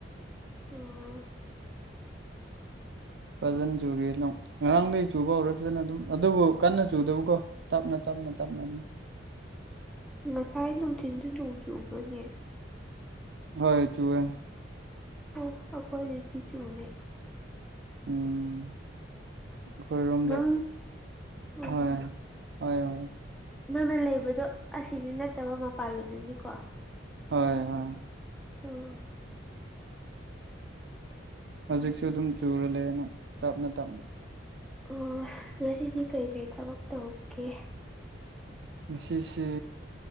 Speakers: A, in the centre; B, on the right.
A: ꯑꯣ
B: ꯐꯖꯅ ꯆꯨꯔꯤ ꯅꯣꯡ ꯉꯔꯥꯡꯗꯩ ꯆꯨꯕ ꯍꯧꯔꯛꯈ꯭ꯔꯦꯅ ꯑꯗꯨꯝ ꯑꯗꯨꯕꯨ ꯀꯟꯅ ꯆꯨꯗꯕꯀꯣ ꯇꯞꯅ ꯇꯞꯅ ꯇꯞꯅ ꯑꯗꯨꯝ
A: ꯉꯁꯥꯏ ꯅꯨꯡꯊꯤꯟꯁꯨ ꯅꯣꯡ ꯆꯨꯕ꯭ꯔꯅꯦ
B: ꯍꯣꯏ ꯆꯨꯋꯦ
A: ꯑꯣ ꯑꯈꯣꯏꯗꯤ ꯊꯤꯆꯨꯅꯦ
B: ꯎꯝ ꯑꯩꯈꯣꯏꯔꯣꯝꯗ
A: ꯅꯪ ꯎꯝ
B: ꯍꯣꯏ ꯍꯣꯏ ꯍꯣꯏ
A: ꯅꯪꯅ ꯂꯩꯕꯗꯣ ꯑꯁꯤꯗꯤ ꯅꯠꯇꯕ ꯃꯄꯥꯟꯂꯣꯝꯗꯅꯤꯀꯣ
B: ꯍꯣꯏ ꯍꯣꯏ
A: ꯑ
B: ꯍꯧꯖꯤꯛꯁꯨ ꯑꯗꯨꯝ ꯆꯨꯔ ꯂꯩꯔ ꯅꯣꯡ ꯇꯞꯅ ꯇꯞꯅ
A: ꯑ ꯉꯁꯤꯗꯤ ꯀꯩꯩꯀꯩ ꯊꯕꯛ ꯇꯧꯒꯦ
B: ꯉꯁꯤꯁꯤ